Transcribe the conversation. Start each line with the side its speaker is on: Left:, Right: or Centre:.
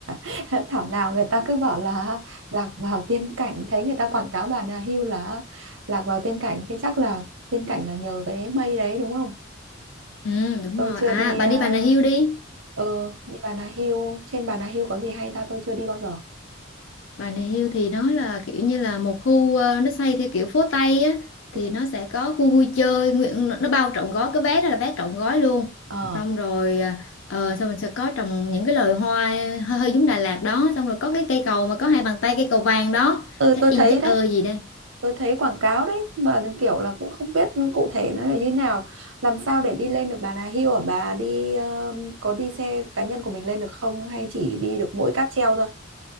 Right: <laughs> thảo nào người ta cứ bảo là lạc vào tiên cảnh thấy người ta quảng cáo bàn à, hưu là lạc vào tiên cảnh thế chắc là tiên cảnh là nhờ cái mây đấy đúng không
Left: Ừ đúng
Right: tôi
Left: rồi.
Right: chưa
Left: À
Right: đi
Left: bà
Right: ờ
Left: đi Bà Nà Hills đi.
Right: ừ, đi Bà Nà Hills trên Bà Nà Hills có gì hay ta tôi chưa đi bao giờ
Left: Bà Hill thì nó là kiểu như là một khu ờ, nó xây theo kiểu phố Tây á thì
Right: ừ.
Left: nó sẽ có khu vui chơi nguyện nó bao trọn gói cái vé đó là vé trọn gói luôn
Right: ờ
Left: xong rồi ờ, ờ, xong mình sẽ có trồng những cái loài hoa hơi, hơi giống Đà Lạt đó xong rồi có cái cây cầu mà có hai bàn tay cây cầu vàng đó
Right: ừ
Left: check
Right: tôi
Left: in
Right: thấy
Left: check
Right: đấy
Left: ơi gì đây
Right: tôi thấy quảng cáo đấy mà kiểu là cũng không biết cụ thể nó là như nào làm sao để đi lên được Bà Nà Hills ở bà đi ờ, có đi xe cá nhân của mình lên được không hay chỉ đi được mỗi cáp treo thôi